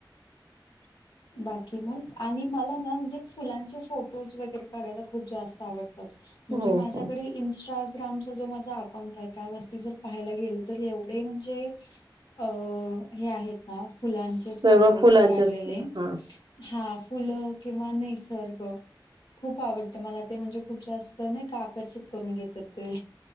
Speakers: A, on the right; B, on the left.
A: <inaudible>
B: बाकी मग, आणि मला ना म्हणजे फुलांचे फोटोज वगैरे काढायला खूप जास्त आवडतं. अच्छा! म्हणजे
A: हो
B: माझ्याकडे
A: हो
B: इन्स्टाग्रामच जो माझा अकाउंट आहे त्यावरती जर पाहायला गेलं तर एवढे म्हणजे अ हे आहेत ना फुलांचे
A: सर्व
B: फोटोज
A: फुलांचेच
B: काढलेले.
A: हा
B: हा फुलं किंवा निसर्ग. खूप आवडत मला ते म्हणजे खूप जास्त नाही का आकर्षित करून घेत ते.